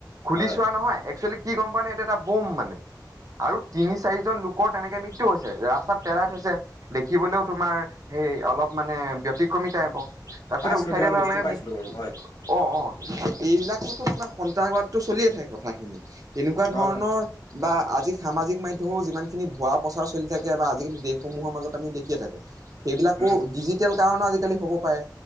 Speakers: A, on the right (about 50°); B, on the left (about 60°).
A: খুলি
B: হয়,
A: চোৱা নহয়, একচুৱেলি কি গম পোৱানে, এইটো এটা বোম মানে। আৰু তিনি-চাৰিজন লোকৰ তেনেকে মৃত্যু হৈছে, ৰাস্তাত পেলাই থৈছে। দেখিবলৈও তোমাৰ সেই অলপ মানে ব্যতিক্ৰমি টাইপৰ। তাৰপিছতে
B: পাইছিলোঁ
A: উঠাই
B: মই
A: দিয়া
B: নিউজটো
A: লগে-লগে
B: পাইছিলোঁ
A: মৃ
B: বাৰু হয়,
A: অ', অ', সে এইবিলাকটতো তোমাৰ সন্ত্ৰাসবাদটো চলিয়ে থাকে কথাখিনি। তেনেকুৱা
B: হয়,
A: ধৰণৰ
B: হয়,
A: বা আজি সামাজিক মাধ্যমৰো যিমানখিনি ভোৱা প্ৰচাৰ চলি থাকে বা আজিকালি দেশসমূহৰ মাজত আমি দেখিয়ে থাকোঁ। সেইবিলাকো,
B: উম,
A: ডিজিটেল কাৰণো আজিকালি হ'ব পাৰে